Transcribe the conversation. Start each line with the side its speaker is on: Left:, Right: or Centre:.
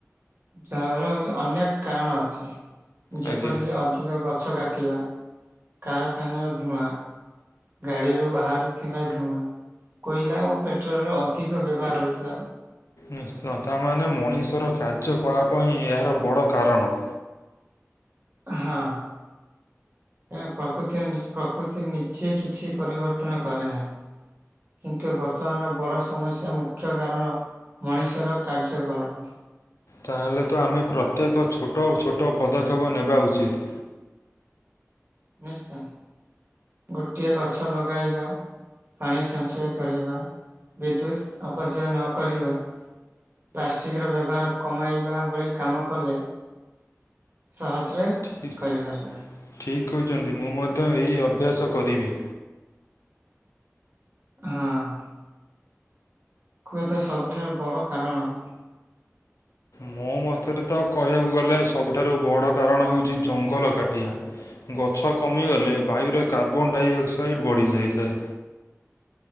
Right: ଜଳର ହଉଛି ଅନେକ କାରଣ ଅଛି। ଯେପରିକି
Left: ଆଜ୍ଞା
Right: ଅଧିକ ଗଛ କାଟିବା କାରଖାନାର ଧୂଆଁ। ଗାଡିରୁ ବାହାରୁଥିବା ଧୂଆଁ। କୋଇଲା ଓ ପେଟ୍ରୋଲର ଅଧିକ ବ୍ୟବହାର ହୋଇଥିବା।
Left: ନିଶ୍ଚୟ ତା ମାନେ ମଣିଷର କାର୍ଯ୍ୟକଳାପ ହିଁ ଏହାର ବଡ଼ କାରଣ।
Right: ହଁ। କ ପ୍ରକୃତିରେ ପ୍ରକୃତି ନିଜେ କିଛି ପରିବର୍ତ୍ତନ କରେ ନାହିଁ। କିନ୍ତୁ ବର୍ତ୍ତମାନର ବଡ ସମସ୍ୟା ମୁଖ୍ୟ କାରଣ ମଣିଷର କାର୍ଯ୍ୟକଳାପ।
Left: ତା ହେଲେ ତ ଆମେ ପ୍ରତ୍ୟେକ ଛୋଟ ଛୋଟ ପଦକ୍ଷେପ ନେବା ଉଚିତ୍।
Right: ନିଶ୍ଚୟ ଗୋଟିଏ ଗଛ ଲଗେଇବା। ପାଣି ସଞ୍ଚୟ କରିବା ବିଦ୍ୟୁତ୍ ଅପଚୟ ନ କରିବା। ପ୍ଲାଷ୍ଟିକ୍ରର ବ୍ୟବହାର କମାଇବା ଭଳି କାମ କଲେ। ସହଜରେ
Left: ଠି-
Right: କରିପାରିବା।
Left: ଠିକ୍ କହିଛନ୍ତି ମୁଁ ମଧ୍ୟ ଏହି ଅଭ୍ୟାସ କରିବି।
Right: ହଁ। କୁହତ ସବୁଠାରୁ ବଡ଼ କାରଣ କଣ?
Left: ମୋ ମତରେ ତ କହିବାକୁ ଗଲେ ସବୁଠାରୁ ବଡ଼ କାରଣ ହେଉଛି ଜଙ୍ଗଲ କାଟିଵା। ଗଛ କମିଗଲେ ବାୟୁରେ କାର୍ବନ ଡାଇଅକ୍ସାଇଡ୍ ବଢ଼ିଯାଇଥାଏ।